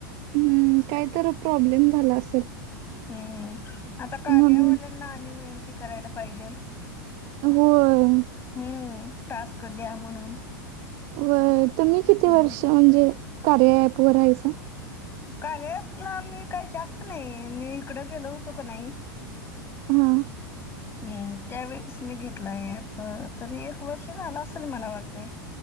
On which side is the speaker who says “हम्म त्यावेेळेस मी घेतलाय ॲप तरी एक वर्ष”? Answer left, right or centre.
Left